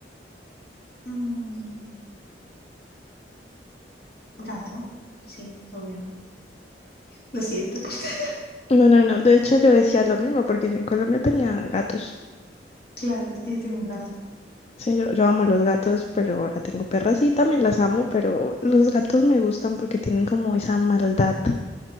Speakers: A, on the left; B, on the left.
A: Mm, gato, sí, obvio. Lo siento. <laughs>
B: No, no, no. De hecho, yo decía lo mismo porque yo en Colombia tenía gatos.
A: Claro, es que yo tengo un gato.
B: Sí, yo, yo amo los gatos, pero ahora tengo perras y también las amo, pero los gatos me gustan porque tienen como esa maldad